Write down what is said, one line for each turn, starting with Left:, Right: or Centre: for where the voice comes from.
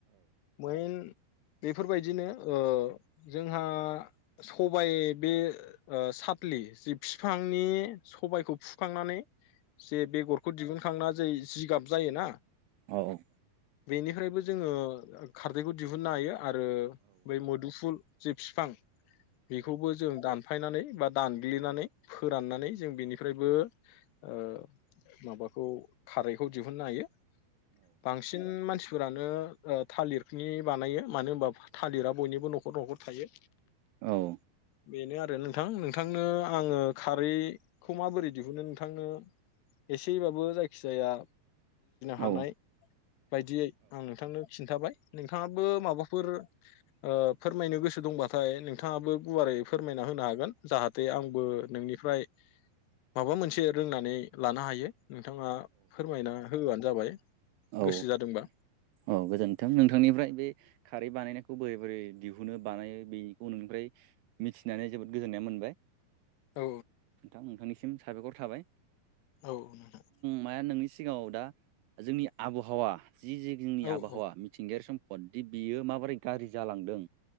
Left: मैन बेफोरबायदिनो ओ जोंहा सबायाइ बे सााथलि जि बिफांनि सबायखौ फुखांनानै जे बेगरखौ दिहुन खांना जे जिगाब जायो ना
Right: औ औ
Left: बेनिफ्रायबो जोङो खारदैखौ दिहुननो हायो आरो बै मोदुफुल जे बिफां बेखौबो जों दान फायनानै बा दानग्लिनानै फोराननानै जों बिनिफ्रायबो ओ माबाखौ खारैखौ दिहुननो हायो। बांसिन मानसि फोरानो ओ थालिरनि बानायो मानो होनबा थालिरा बयनिबो न'खर न'खर थायो।
Right: औ
Left: बेनो आरो नोंथां नोंथांनो आङो खारैखौ माबोरै दिहुनो नोंथांनो एसेबाबो जायखिजाया
Right: औ
Left: हानाय बायदियै आं नोंथांनो खिन्थाबाय। नोंथाङाबो माबाफोर अ फोरमायनो गोसो दंबाथाय नोंथाङाबो गुवारै फोरमायना होनो हागोन जाहाथे आंबो नोंनिफ्राय माबा मोनसे रोंनानै लानो हायो। नोंथाङा फोरमायना होबानो जाबाय।
Right: औ
Left: गोसो जादोंबा
Right: औ गोजोनथों नोंथांनिफ्राय बे खारै बानायनाय। नायखौ बोरै बोरै दिहुनो बानायो बेनिखौ नोंनिफ्राय मिथिनानै जोबोद गोजोननाय मोनबाय।
Left: औ
Right: नोंथां नोंथांनिसिम साबायखर थाबाय।
Left: औ औ नोंथां
Right: माया नोंनि सिगाङाव दा जोंनि आबहावा जि जि जोंनि
Left: औ
Right: आबहावा
Left: औ
Right: मिथिंगायारि सम। हदि बियो माबोरै गाज्रि जालांदों।